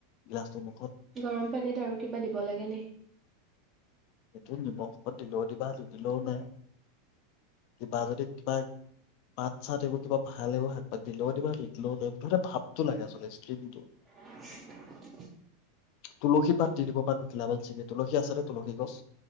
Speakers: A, on the left (about 55°); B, on the right (about 30°).
A: গিলাছটো মুখত।
B: গৰম পানীত আৰু কিবা দিব লাগে নাই।
A: এইটো নিমখ দিলেও দিবা নি দিলেও নাই, কিবা যদি কিবা পাত চাত এইবোৰ কিবা ভাল এইবোৰ শাক দিলেও দিবা নিদিলেও নাই, মুঠতে ভাপটো লাগে আচলতে, ষ্ট্ৰিমটো।
B: উ <unintelligible>
A: তুলসী পাত দি দিব পাৰা দুখিলা মান ছিঙি, তুলসী আছে নে তুলসী গছ?